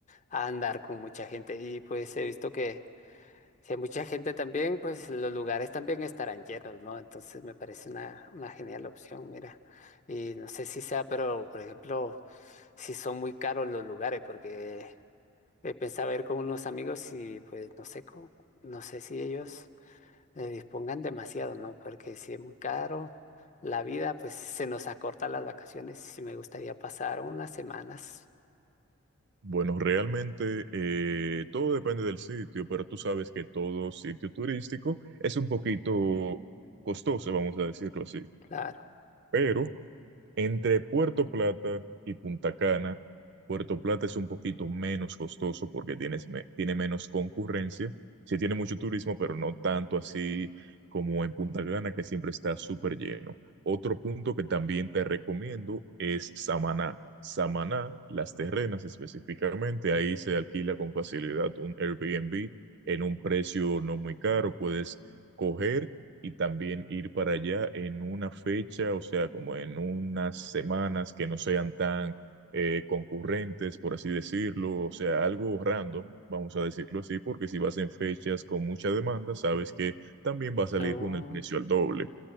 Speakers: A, on the left; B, on the right.
A: a andar con mucha gente y pues he visto que Si hay mucha gente también, pues los lugares también estarán llenos, ¿no? Entonces me parece una, una genial opción, mira. Y no sé si sea, pero por ejemplo, si son muy caros los lugares, porque eh, pensaba ir con unos amigos y pues no sé, cómo- no sé si ellos eh, dispongan demasiado, ¿no? Porque si es muy caro la vida, pues se nos acorta las vacaciones y me gustaría pasar unas semanas,
B: bueno, realmente eh, todo depende del sitio, pero tú sabes que todo sitio turístico es un poquito costoso, vamos a decirlo así.
A: claro.
B: Pero Entre Puerto Plata y Punta Cana, Puerto Plata es un poquito menos costoso porque tienes me- tiene menos concurrencia. Sí tiene mucho turismo, pero no tanto así como en Punta Cana, que siempre está súper lleno. Otro punto que también te recomiendo es Samaná. Samaná, Las Terrenas específicamente, ahí se alquila con facilidad un Airbnb en un precio no muy caro. Puedes coger y también ir para allá en una fecha, o sea, como en unas semanas que no sean tan eh, concurrentes, por así decirlo, o sea, algo random, vamos a decirlo así, porque si vas en fechas con mucha demanda, sabes que también va a salir
A: Oh.
B: con el precio al doble.